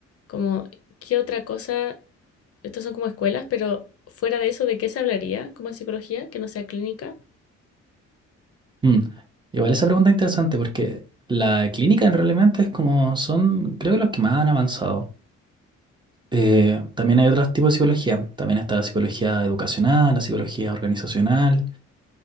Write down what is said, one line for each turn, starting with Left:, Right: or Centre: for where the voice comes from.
Left: como qué otra cosa, estas son como escuelas, pero fuera de eso, ¿de qué se hablaría como en psicología que no sea clínica?
Right: Mm. Igual esa pregunta es interesante porque la clínica en realmente es como son, creo que los que más han avanzado. Eh, también hay otros tipos de psicología. También está la psicología educacional, la psicología organizacional,